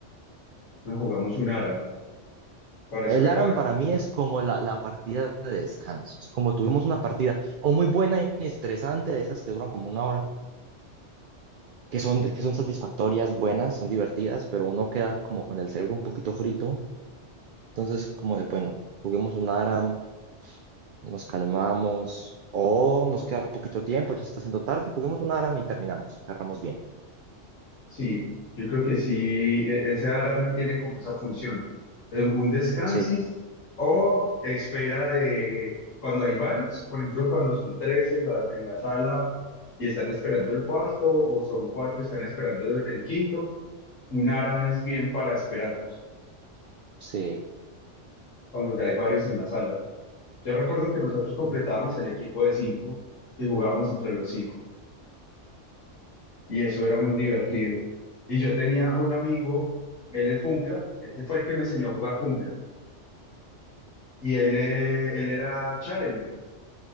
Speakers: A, on the left; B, on the right.
A: Nos jugamos un ARAM para esperar
B: El ARAM
A: a
B: para mí es como la, la partida de descansos. Como tuvimos una partida o muy buena y estresante, de esas que duran como una hora, que son, que son satisfactorias, buenas, son divertidas, pero uno queda como con el cerebro un poquito frito Entonces, como de, bueno, juguemos un ARAM, nos calmamos, o nos queda poquito tiempo, ya se está haciendo tarde, juguemos un ARAM y terminamos, cerramos bien.
A: Sí, yo creo que sí, e- ese alarma tiene como esa función, eh, un descansis
B: Sí,
A: o espera de cuando hay varios, por ejemplo, cuando son tres en la, en la sala y están esperando el cuarto o son cuatro y están esperando el, el quinto, un alarma es bien para esperarlos,
B: sí.
A: cuando ya hay varios en la sala. Yo recuerdo que nosotros completábamos
B: Sí, es ideal.
A: el equipo de cinco y jugábamos entre los cinco. y eso era muy divertido.
B: Ujú.
A: Y yo tenía un amigo, él es jungla, él fue el que me enseñó a jugar jungla, y él, eh, él era challenger,